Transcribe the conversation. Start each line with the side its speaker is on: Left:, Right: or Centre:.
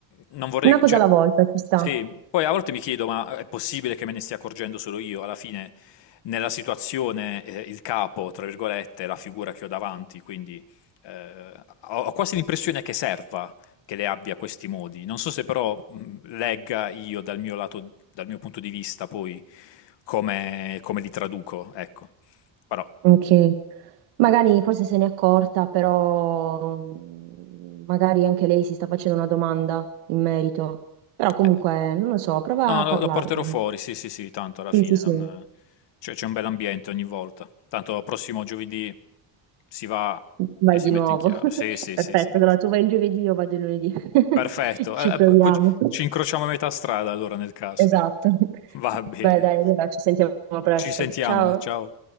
Left: non vorrei,
Right: una cosa
Left: cioè,
Right: alla volta, ci sta.
Left: sì, poi a volte mi chiedo, ma è possibile che me ne stia accorgendo solo io? Alla fine, nella situazione, eh, il capo, tra virgolette, è la figura che ho davanti, quindi eh, ho, ho quasi l'impressione che serva che le abbia questi modi. Non so se però mh, legga io dal mio lato, dal mio punto di vista poi come, come li traduco, ecco. Però
Right: Ok. Magari forse se n'è accorta, però mm, magari anche lei si sta facendo una domanda in merito. Però comunque,
Left: eh,
Right: non lo so, prova
Left: no,
Right: a
Left: lo,
Right: parlarne.
Left: lo porterò fuori, sì, sì, sì, tanto alla
Right: Sì,
Left: fine
Right: sì, sì,
Left: non- cioè, c'è un bel ambiente ogni volta. Tanto prossimo giovedì si va
Right: vai
Left: e si
Right: di
Left: mette
Right: nuovo.
Left: in chiaro.
Right: <laughs>
Left: Sì, sì,
Right: Perfetto,
Left: sì, sì.
Right: allora tu vai il giovedì, io vado il lunedì. <laughs>
Left: Perfetto.
Right: Ci
Left: Eh,
Right: proviamo.
Left: eh, poi ci ci incrociamo a metà strada allora nel caso.
Right: Esatto.
Left: <laughs> Va bene.
Right: Beh, dai, allora ci sentiamo presto.
Left: Ci sentiamo,
Right: Ciao.
Left: ciao.